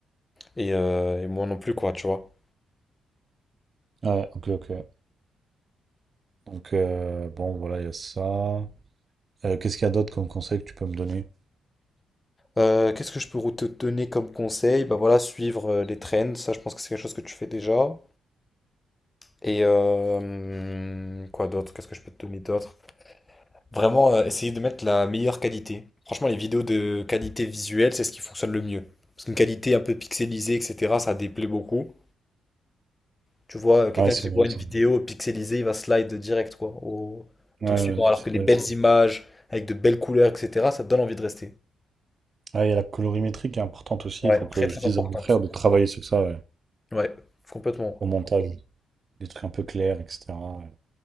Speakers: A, on the left (about 20°); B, on the right (about 40°).
A: Et, euh, et moi non plus quoi tu vois.
B: Ouais, ok, ok. Donc, euh, bon, voilà, il y a ça. Euh, qu'est-ce qu'il y a d'autre comme conseil que tu peux me donner?
A: Euh, qu'est-ce que je peux te donner comme conseil? Bah voilà, suivre euh, les trends, ça je pense que c'est quelque chose que tu fais déjà. Et euh, quoi d'autre? Qu'est-ce que je peux te donner d'autre? Vraiment, euh, essayer de mettre la meilleure qualité. Franchement, les vidéos de qualité visuelle, c'est ce qui fonctionne le mieux. Parce qu'une qualité un peu pixelisée, etc., ça déplaît beaucoup. Tu vois, euh, quelqu'un
B: Ouais, c'est
A: qui voit
B: vrai.
A: une
B: c'est
A: vidéo
B: vrai.
A: pixelisée, il va slide direct, quoi, au
B: Ouais,
A: truc
B: ouais,
A: suivant. Alors
B: c'est
A: que les
B: vrai,
A: belles
B: c'est vrai.
A: images, avec de belles couleurs, etc., ça te donne envie de rester.
B: Ah, il y a la colorimétrie qui est importante aussi.
A: Ouais,
B: Il faut que
A: très très
B: je dise
A: importante.
B: à mon frère de travailler sur ça, ouais,
A: Ouais, complètement.
B: au montage. Des trucs un peu clairs, etc. ouais.